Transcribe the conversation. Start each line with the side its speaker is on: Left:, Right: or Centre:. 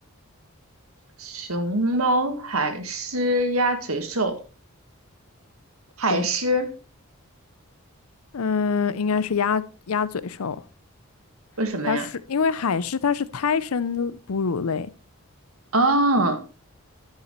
Right: 熊猫、海狮、鸭嘴兽。海狮，
Left: 对，嗯，应该是鸭鸭嘴兽。
Right: 为什么呀？
Left: 它是因为海狮它是胎生的哺乳类，
Right: 哦